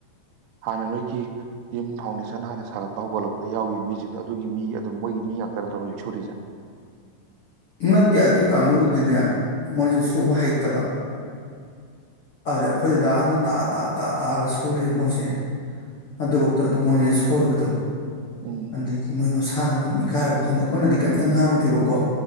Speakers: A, on the right; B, on the left.
A: ꯍꯥꯟꯅ ꯅꯣꯏꯒꯤ ꯌꯨꯝ ꯐꯥꯎꯟꯗꯦꯁꯟ ꯍꯥꯟꯅ ꯁꯥꯒꯠꯄ ꯍꯧꯒꯠꯂꯛꯄꯗ ꯌꯥꯎꯒꯤꯕ ꯃꯤꯖꯤꯡꯗꯣ ꯑꯗꯨꯒꯤ ꯃꯤ ꯑꯗꯨꯝ ꯃꯣꯏꯒꯤ ꯃꯤ ꯉꯥꯛꯇ ꯅꯠꯇ꯭ꯔꯣ ꯍꯧꯖꯤꯛ ꯁꯨꯔꯤꯁꯦ
B: ꯅꯠꯇꯦ ꯑꯗꯨꯏ ꯀꯥꯡꯒꯨꯗꯨꯗꯤꯅꯦ ꯃꯣꯏꯁꯦ ꯁꯨꯕ ꯍꯩꯇꯕ ꯑꯗ ꯑꯩꯈꯣꯏ ꯗꯥꯗꯥꯅ ꯇꯥꯛꯑ ꯇꯥꯛꯑ ꯇꯥꯛꯑ ꯇꯥꯛꯑꯒ ꯁꯨꯔꯤ ꯃꯣꯏꯁꯦ ꯑꯗꯨꯕꯣꯛꯇ ꯑꯗꯨꯝ ꯃꯣꯏꯖꯦ ꯁꯣꯏꯕꯗꯣ
A: ꯎꯝ
B: ꯑꯗꯒꯤ ꯃꯣꯏ ꯃꯁꯥꯅ ꯑꯗꯨꯝ ꯏꯀꯥꯏꯔꯕ ꯈꯪꯗꯦ ꯑꯩꯈꯣꯏꯅꯗꯤ ꯀꯩꯝꯇ ꯉꯥꯡꯗꯦꯕꯀꯣ